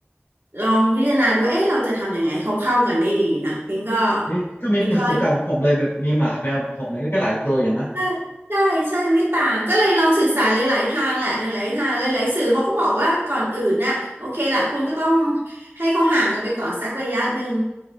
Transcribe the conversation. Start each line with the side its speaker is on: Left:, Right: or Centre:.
Right: ลองพิจารณาดูว่าเอ๊ะเราจะทำยังไงให้เขาเข้ากันได้ดีนะปิงก็
Left: เอ๊ะก็มีประสบการณ์ของผมเลยแบบมีหมาแมวเหมือนผมเลยก็หลายตัวอยู่นะ
Right: ปิงก็ ใช่ใช่ใช่ไม่ต่าง ก็เลยลองศึกษาหลายๆทางแหละหลายๆทาง หลายๆสื่อเขาก็บอกว่าก่อนอื่นน่ะโอเคล่ะคุณก็ต้องให้เขาห่างกันไปก่อนสักระยะหนึ่ง